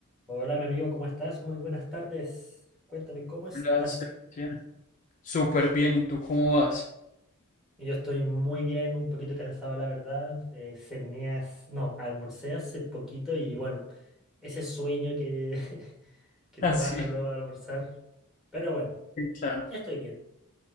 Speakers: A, in the centre; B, on the left (about 35°).
A: Hola, mi amigo, ¿cómo estás? Muy buenas tardes. Cuéntame, ¿cómo estás?
B: Hola, Sebastián. Súper bien, ¿y tú cómo vas?
A: Y Yo estoy muy bien, un poquito cansado, la verdad. Eh, cené hace- no, almorcé hace poquito y bueno, ese sueño que, <laughs> que
B: <laughs>
A: te
B: Así,
A: baja luego de almorzar. Pero bueno,
B: claro.
A: estoy bien.